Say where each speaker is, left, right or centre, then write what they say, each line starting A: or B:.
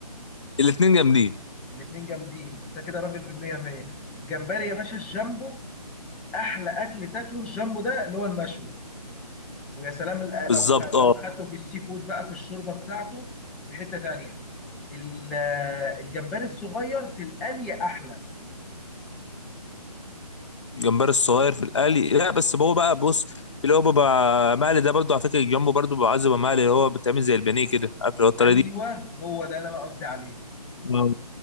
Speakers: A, on the left (about 45°); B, in the centre.
A: الاثنين جامدين
B: الاتنين جامدين انت كده راجل بالمية مية الجمبري يا باشا الجامبو احلى اكل تاكله الجامبو ده اللي هو المشوي ويا سلام ال-
A: بالظبط
B: لو خ-
A: اه
B: لو خدته في السي فود بقى في الشوربه بتاعته في حته تانية ال- الجمبري الصغير في القلي احلى
A: الجمبري الصغير في القلي لا بس هو بقى بص اللي هو بيبقى مقلي ده برضو على فكره الجامبو برضو بيبقى عايز يبقى مقلي اللي هو بتعمل زي البانيه كده عارف اللي هو الطريقه
B: ايوه
A: دي
B: هو ده اللي انا قصدي عليه
A: آه.